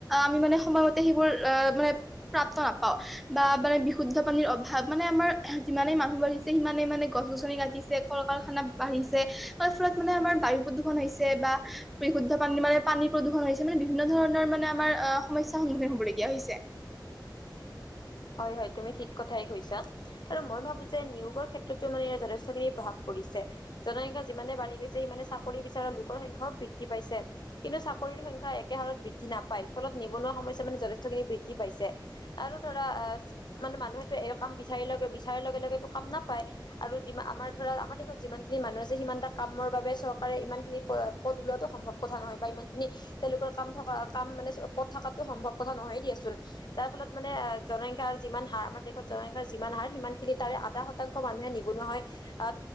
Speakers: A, in the centre; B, on the left.
A: আমি মানে সময় মতে সেইবোৰ এ মানে প্ৰাপ্ত নাপাওঁ বা মানে বিশুদ্ধ পানীৰ অভাৱ মানে আমাৰ আহ যিমানে মানুহ বাঢ়িছে সিমানে মানে গছ গছ। ছে কল কাৰখানা বাঢ়িছে তাৰ ফলত মানে আমাৰ বায়ু প্ৰদূষণ হৈছে বা বিশুদ্ধ মানে পানী প্ৰদূষণ হৈছে মানে বিভিন্ন ধৰণৰ মানে আমাৰ আহ সমস্যাৰ সন্মুখীন হ'বলগীয়া হৈছে।
B: <inaudible> হয় হয় তুমি ঠিক কথাই কৈছা আৰু মই ভাবো যে নিয়োগৰ ক্ষেত্ৰতো মানে ইয়াৰ যথেষ্টখিনি প্ৰভাৱ পৰিছে। জনসংখ্যা যিমানে বাঢ়ি গৈছে সিমানে চাকৰি বিচাৰৰ লোকৰ সংখ্যাও বৃদ্ধি পাইছে। কিন্তু চাকৰিৰ সংখ্যা একে হাৰত বৃদ্ধি নাপায় ফলত নিবনুৱা সমস্যা মানে যথেষ্টখিনি বৃদ্ধি পাইছে আৰু ধৰা আ মানে মানুহেটো এই কাম বিচাৰি লৈকে বিচাৰৰ লগে লগেতো কাম নাপায় আৰু যি আমাৰ আমাৰ দেশত যিমানখিনি মানুহ আছে সিমানটা কামৰ বাবে চৰকাৰে ইমান প পদ ওলোৱাটো সম্ভৱ কথা নহয় বা ইমান খিনি তেওঁলোকৰ কাম থকা কাম মানে পদ থাকাটো সম্ভৱ কথা নহয় দিয়াচোন যাৰ ফলত মানে জনসংখ্যাৰ যিমান হাৰ আমাৰ দেশত জনসংখ্যাৰ যিমান হাৰ সিমান খিনি তাৰে আধা শতাংশ মানুহে নিবনুৱা হয়। আ